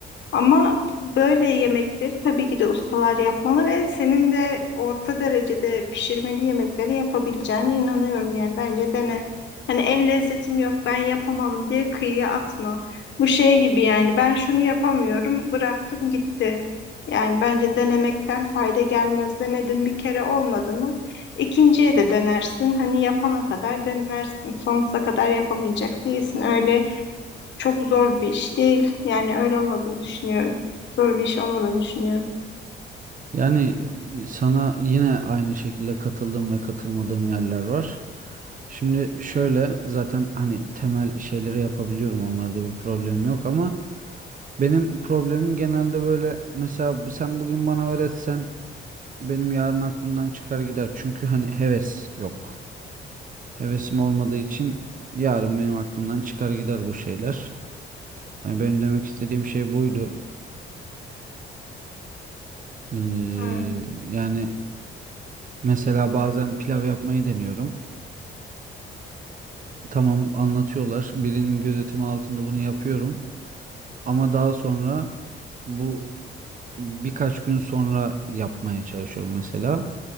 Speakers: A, on the left; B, on the right.
A: Ama böyle yemekleri tabii ki de ustalar yapmalı ve senin de orta derecede pişirmeli yemekleri yapabileceğine inanıyorum yani bence dene. Hani el lezzetim yok ben yapamam diye kıyıya atma. Bu şey gibi yani ben şunu yapamıyorum bıraktım gitti. Yani bence denemekten fayda gelmez. Denedin bir kere olmadı mı? ikinciye de denersin. Hani yapana kadar denersin. Sonsuza kadar yapamayacak değilsin. Öyle çok zor bir iş değil. Yani öyle olmadığını düşünüyorum. Zor bir iş olmadığını düşünüyorum.
B: Yani e, sana yine aynı şekilde katıldığım ve katılmadığım yerler var. Şimdi şöyle zaten hani temel şeyleri yapabiliyorum onlarda bir problem yok ama benim problemim genelde böyle mesela sen bugün bana öğretsen benim yarın aklımdan çıkar gider. Çünkü hani heves yok. Hevesim olmadığı için yarın benim aklımdan çıkar gider bu şeyler. Yani benim demek istediğim şey buydu. Ee,
A: Hmm.
B: yani mesela bazen pilav yapmayı deniyorum. Tamam anlatıyorlar. Birinin gözetimi altında bunu yapıyorum. Ama daha sonra bu birkaç gün sonra yapmaya çalışıyorum mesela.